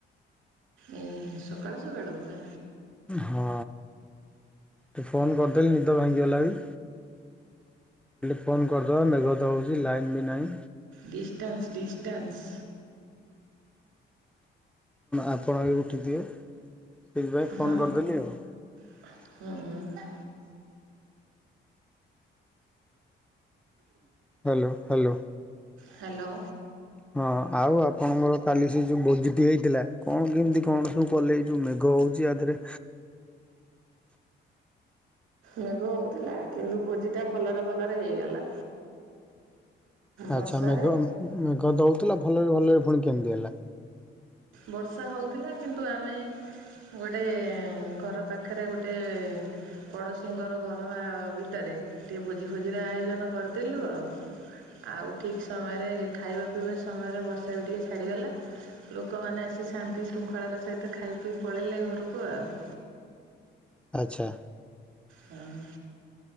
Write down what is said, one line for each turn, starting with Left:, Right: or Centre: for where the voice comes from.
Right: ଏ ସକାଳ ସକାଳୁ ପୁରା
Centre: ହଁ ତୁ ଫୋନ୍ କରିଦେଲି ନିଦ ଭାଙ୍ଗିଗଲା ବି। ଫୋନ୍ କରିଦେବା ମେଘଥା ହେଉଛି ଲାଇନ୍ ବି ନାହିଁ।
Right: Distance distance.
Centre: ଆପଣା ଉଠିଥିବା ସେଇଥିପାଇଁ
Right: ହଁ
Centre: ଫୋନ୍ କରିଦେଲି ଆଉ।
Right: ହୁଁ।
Centre: Hello hello
Right: hello.
Centre: ହଁ ଆଉ ଆପଣଙ୍କର କାଲି ସେ ଯୋଉ ଭୋଜିଟି ହେଇଥିଲା କଣ କେମିତି କଣ ସବୁ କଲେ ଏ ଯେଉଁ ମେଘ ହେଉଛି ଆଧରେ
Right: ମେଘ ହଉଥିଲା କିନ୍ତୁ ଭୋଜି ଟା ଭଲରେ ଭଲରେ ହେଇଗଲା।
Centre: ଆଚ୍ଛା
Right: ବର୍ଷାରେ
Centre: ମେଘ ମେଘ ହଉଥିଲା ଭଲରେ ଭଲରେ ପୁଣି କେମିତି ହେଲା?
Right: ବର୍ଷା ହେଉଥିଲା କିନ୍ତୁ ଆମେ ଗୋଟେ ଘର ପାଖରେ ଗୋଟେ ପଡୋଶୀଙ୍କର ଘର ଭିତରେ ଟିକେ ଭୋଜି ଭୋଜି ର ଆୟୋଜନ କରିଦେଲୁ ଆଉ ଆଉ ଠିକ୍ ସମୟରେ ଖାଇବା ପିଇବା ସମୟରେ ବର୍ଷା ବି ଟିକେ ଛାଡ଼ିଗଲା। ଲୋକମାନେ ଆସି ଶାନ୍ତି ଶୃଙ୍ଖଳାର ସହିତ ଖାଇ ପିଇ ପଳେଇଲେ ଘରକୁ ଆଉ।
Centre: ଆଚ୍ଛା।
Right: ହଁ।